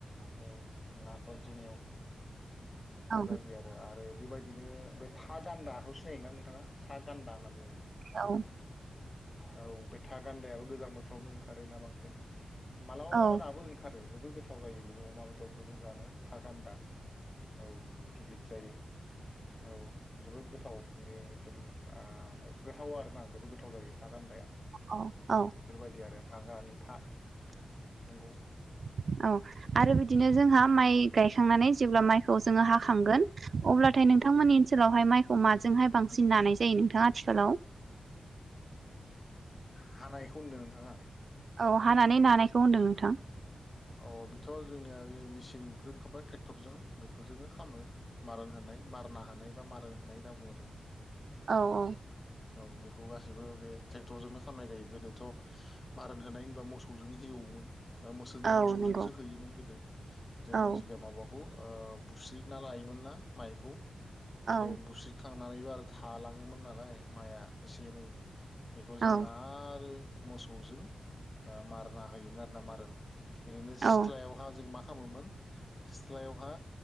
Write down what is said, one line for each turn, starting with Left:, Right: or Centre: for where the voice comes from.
Left: औ नाफोरजों
Right: औ
Left: बेबायदि आरो आरो बेबायदिनो बे था गान्दाखौ सिनायोना नोंथाङा? था गान्दा होनना बुंङो लै
Right: औ
Left: औ बे था गान्दायाबो गोजां बोथोरावनो ओंखारोना बांसिन मालाबा मालाबा
Right: औ
Left: दाबो ओंखारो। जोबोर गोथाव जायो बेबो अमा बेदरखौ जों जानो था गान्दा औ गिदिर जायो। औ जोबोद गोथाव बेयो एकदम ओ गोथाव आरोना जोबोद गोथाव जायो। था गान्दाया
Right: औ औ
Left: बेफोरबायदि आरो हाग्रानि था नंगौ
Right: <inaudible> औ आरो बिदिनो जोंहा माइ गायखांनानै जेब्ला माइखौ जोङो हाखांगोन अब्लाथायनो नोंथांमोननि ओनसोलावहाय माइखौ माजोंहाय बांसिन नानाय जायो नोंथाङा आथिखालाव <inaudible>
Left: हानायखौ होनदों नोंथांङा
Right: औ हानानै नानायखौ होनदों नोंथां।
Left: अ बेथ' जोंनिया बे मेसििनफोर ओखखारबाय ट्रेक्टरजों बेफोरजोंनो खामो मारन होनाय मारना होनाय बा मारन होनाय होनना बुङो जों
Right: औ औ
Left: औ बेखौ गासैबो बे ट्रेक्टरजोंोंनो खालामनाय जायो गोदोथ' मारन होनाय होनबा मोसौजोंनो एेवोमोन म
Right: औ
Left: मोसौजोंसो
Right: नंगौ
Left: हैयोमोन गोदो जों
Right: औ
Left: जिगाब माबाखौ <unintelligible> बुस्रिना लायोमोन ना माइखौ
Right: औ
Left: बे बुस्रिखां <unintelligible> खालामनानैबो आरो थालाङोमोन नालाय माइआ एसे एनै बेखौ
Right: औ
Left: जों आरो <unintelligible> मोसौजों मारना होयोमोन आरोोना मारोन ओरैनो सिथ्लायावहा
Right: औ
Left: जों माखा <inaudible> खालामामोमोन सिथ्लायावहा